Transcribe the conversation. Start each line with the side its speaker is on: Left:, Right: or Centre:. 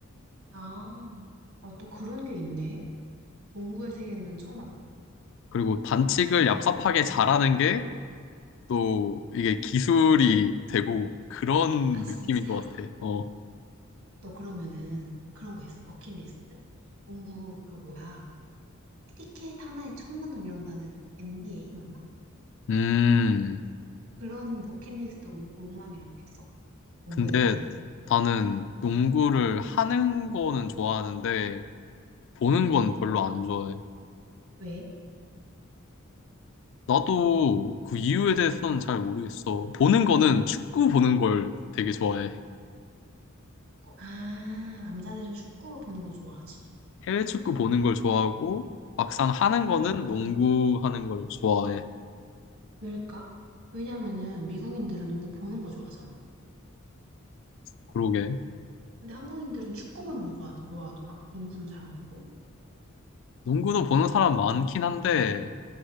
Right: 아, 아, 또 그런 게 있네. 농구의 세계는 처음 알았다.
Left: 그리고 반칙을 얍삽하게 잘하는 게 또 이게 기술이 되고 그런
Right: 아 진짜?
Left: 느낌인 것 같아. 어.
Right: 너 그러면은 그런 거 있어. 버킷리스트? 농구 그 뭐야. 티켓 하나에 천만 원 이런다는 NBA 맞나?
Left: 음.
Right: 그런 버킷리스트 로, 로망 이런 거 있어? 농구에
Left: 근데
Right: 대해서?
Left: 나는 농구를 하는 거는 좋아하는데 보는
Right: 응.
Left: 건 별로 안 좋아해.
Right: 왜?
Left: 나도 그 이유에 대해서는 잘 모르겠어. 보는 거는 축구 보는 걸 되게 좋아해.
Right: 어, 아, 남자들은 축구를 보는 거 좋아하지.
Left: 해외 축구 보는 걸 좋아하고 막상 하는 거는 농구 하는 걸 좋아해.
Right: 왜일까? 왜냐면은 미국인들은 농구 보는 거 좋아하잖아.
Left: 그러게.
Right: 근데 한국인들은 축구 보는 거 좋아, 좋아하더라. 농구는 잘 안 보고.
Left: 농구도 보는 사람 많긴 한데